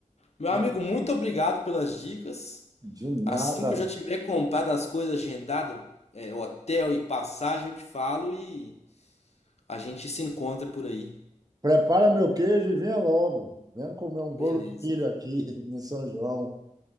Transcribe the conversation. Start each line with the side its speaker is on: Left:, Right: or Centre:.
Left: Meu
Right: na-
Left: amigo, muito obrigado pelas dicas.
Right: de nada.
Left: Assim que eu já tiver comprado as coisas, agendado, é, hotel e passagem, eu te falo e a gente se encontra por aí.
Right: Prepara meu queijo e venha logo. Venha comer um bolo
Left: Beleza.
Right: de milho aqui <laughs> no São João.